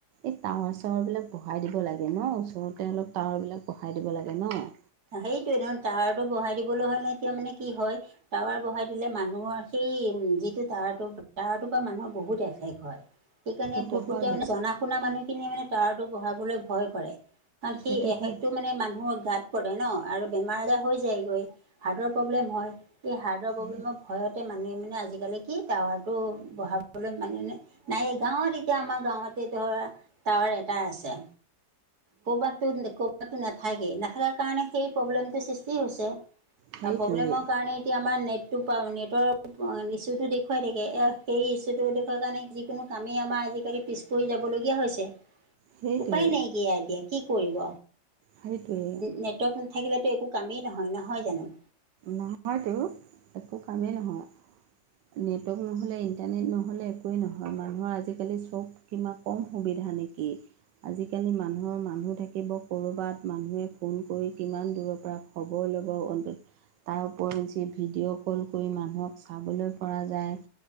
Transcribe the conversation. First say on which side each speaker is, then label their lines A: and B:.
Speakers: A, on the right (about 80°); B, on the right (about 60°).
A: এই টাৱাৰ চাৱাৰ বিলাক বঢ়াই দিব লাগে ন, ওচৰতে অলপ টাৱাৰ বিলাক বঢ়াই দিব লাগে ন?
B: সেইটোয়ে ধৰ টাৱাৰটো বঢ়াই দিবলৈ হলে এতিয়া মানে কি হয় টাৱাৰ বঢ়াই দিলে মানুহৰ সেই উম, যিটো টাৱাৰটো টাৱাৰটোৰ পৰা লোকৰ মানুহৰ বহুত এফেক্ট হয়। সেইকাৰণে
A: সেইটো
B: বহুতে
A: হয় বাৰু
B: মানে জানা শুনা মানুহখিনি মানে টাৱাৰটো বঢ়াবলৈ ভয় কৰে, কাৰণ
A: সেইটো
B: সেই এফেক্টটো
A: হয়
B: মানে মানুহৰ গাত কৰে ন আৰু বেমাৰ আজাৰ হৈ যায় গৈ, হাৰ্টৰ প্ৰব্লেম হয়। এই হাৰ্টৰ প্ৰব্লেমত
A: সেইটোৱে
B: ভয়তে মানুহে মানে আজিকালি কি টাৱাৰটো বঢ়াবলৈ মানে নাই গাঁৱত এতিয়া আমাৰ গাঁৱতে ধৰা টাৱাৰ এটা আছে। কৰবাতটো-কৰবাতটো নাথাকেই, নথকাৰ কাৰণে সেই প্ৰব্লেমটো সৃষ্টি হৈছে। অ',
A: সেইটোৱে
B: প্ৰব্লেমৰ কাৰণে এতিয়া আমাৰ নেটটো পা নেটৰ ইছ্যুটো দেখুৱাই থাকে, সেই ইছ্যুটো দেখুৱৱাৰ কাৰণে যিকোনো আমি আমাৰ আজিকালি পিছ পৰি যাবলগীয়া হৈছে,
A: সেইটোৱে
B: উপায়
A: সেইটোৱে
B: নাইকিয়া এতিয়া কি কৰিব?
A: সেইটোৱেই।
B: নেটৱৰ্ক নাথাকিলেতো একো কামেই নহয়, নহয় জানো?
A: নহয়তো, একো কামেই নহয়। নেটৱৰ্ক নহ'লে ইণ্টাৰনেট নহ'লে একোৱেই নহয়, মানুহৰ আজিকালি চব কিবা কম সুবিধা নেকি? আজিকালি মানুহৰ মানুহ থাকিব ক'ৰবাত, মানুহে ফোন কৰি কিমান দূৰৰ পৰা খবৰ ল'ব অন্তত তাৰ উপৰি যি ভিডিঅ' কল কৰি মানুহক চাবলৈ পৰা যায়।